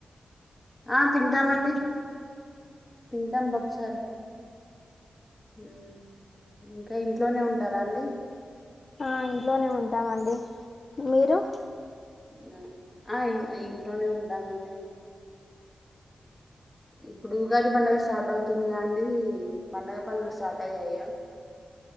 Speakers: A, in the centre; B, on the left (about 35°).
A: ఆ తింటామండి తింటాం పప్పుచారు ఉమ్ ఇంకా ఏ ఇంట్లోనే ఉంటారా అండి
B: ఆ ఇంట్లోనే ఉంటామండి. మీరు
A: అవున ఆహ్ ఇ ఇంట్లోనే ఉంటామండీ ఇప్పుడు ఉగాది పండగ స్టార్ట్ అవుతుంది. కా అండి పండగ పనులు స్టార్ట్ అయ్యాయా